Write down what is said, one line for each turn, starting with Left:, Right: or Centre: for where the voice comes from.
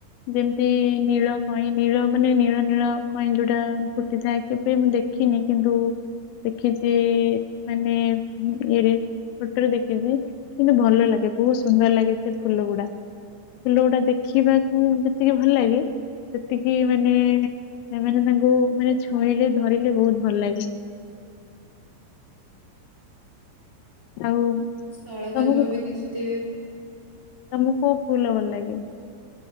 Left: ଯେମିତି ନୀଳ କଇଁ ନୀଳ ମାନେ ନୀଳ ନୀଳ କଇଁ ଯୋଉଟା ଫୁଟିଥାଏ। କେବେ ମୁଁ ଦେଖିନି କିନ୍ତୁ ଦେଖିଛି ମାନେ ଇଏରେ ଫଟୋରେ ଦେଖିଛି କିନ୍ତୁ ଭଲ ଲାଗେ ବହୁତ ସୁନ୍ଦର ଲାଗେ ସେ ଫୁଲ ଗୁଡା। ଫୁଲ ଗୋଡ଼ା ଦେଖିବାକୁ ଯେତିକି ଭଲ ଲାଗେ ସେତିକି ମାନେ ସେମାନେ ତାଙ୍କୁ ମାନେ ଛୁଇଁଲେ ଧରିଲେ ବହୁତ ଭଲ ଲାଗେ। ଆଉ
Right: ସ୍ଥଳ
Left: ତମକୁ
Right: ପଦ୍ମ ବି ଦିଶୁଥିବେ।
Left: ତମକୁ କୋଉ ଫୁଲ ଭଲ ଲାଗେ?